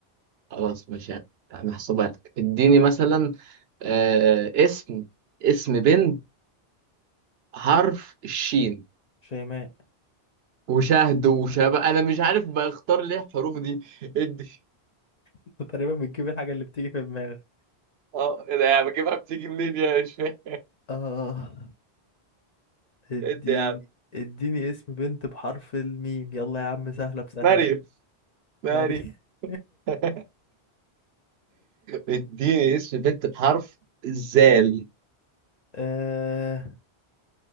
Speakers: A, on the right; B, on the left.
A: خلاص ماشي يعني محسوبة لك اديني مثلا آه اسم اسم بنت حرف الشين
B: شيماء <laughs>
A: وشهد وشبه انا مش عارف بختار ليه الحروف دي ادي
B: أنت تقريبا بتجيب الحاجة اللي بتيجي في دماغك
A: اه ايه ده يا عم بجيبها بتيجي منين يا مش فاهم
B: آه اديني
A: ادي يا عم
B: اديني اسم بنت بحرف الميم يلا يا عم سهلة بسهلة
A: مريم
B: اهي
A: مريم
B: ماري <laughs>
A: <laughs> اديني اسم بنت بحرف الزال
B: آه